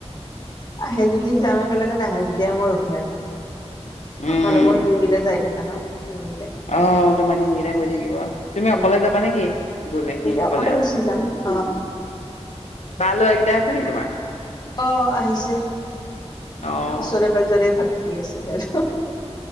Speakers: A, on the left; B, on the left.
A: আহে যদি যাম। একেলগে নাহে যদি আৰু মই ৰখি নাথাকো।
B: উম,
A: থলে মোৰ দিনগিটা যাই থাকে ন। নিমিলে
B: অ তোমাৰ দিনকেইটাই গৈ থাকিব তুমি অকলে
A: উম
B: যাবা নেকি গলে
A: তেতিয়া
B: সি নগলে
A: অকলে গুচি
B: আৰু
A: যাম অ
B: ভাল হোৱা কেইটা আছে নেকি তোমাৰ
A: অ আহিছে এ
B: অ',
A: ওচৰে পাজৰে ভাটি আছে আৰু